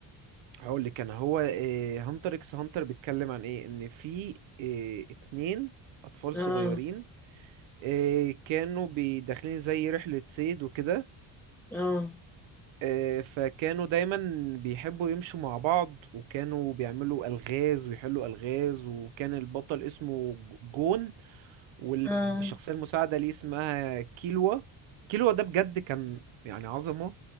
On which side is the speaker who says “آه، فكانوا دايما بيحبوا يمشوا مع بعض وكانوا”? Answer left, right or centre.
Right